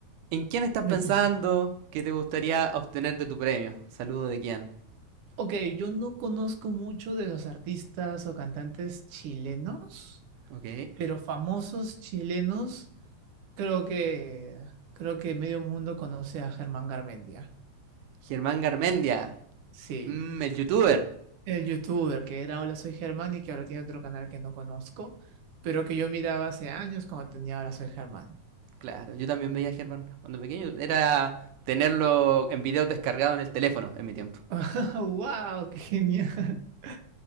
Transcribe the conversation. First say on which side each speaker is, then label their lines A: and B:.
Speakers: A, on the right; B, on the right.
A: ¿en quién estás
B: dime,
A: pensando
B: dime.
A: que te gustaría obtener de tu premio? Saludo de quién.
B: Ok, yo no conozco mucho de los artistas o cantantes chilenos,
A: Ok.
B: pero famosos chilenos Creo que, creo que medio mundo conoce a Germán Garmendia.
A: Germán Garmendia.
B: Sí,
A: Mm, el youtuber.
B: el youtuber que era Hola Soy Germán y que ahora tiene otro canal que no conozco, pero que yo miraba hace años cuando tenía Hola Soy Germán.
A: Claro, yo también veía a Germán cuando pequeño. Era tenerlo en video descargado en el teléfono en mi tiempo.
B: <laughs> ¡Wow! ¡Qué genial! <laughs>